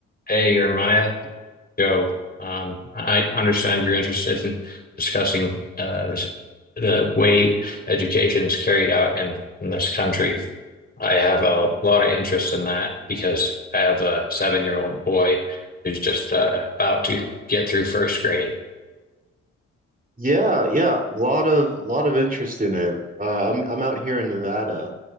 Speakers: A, on the left; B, on the right.
A: Hey, Jeremiah, Joe. Um, I understand you're interested in discussing uh, this, the way education is carried out in, in this country. I have a lot of interest in that because I have a seven-year-old boy who's just uh, about to get through first grade.
B: Yeah, yeah, lot of lot of interest in it. Uh, I'm I'm out here in Nevada,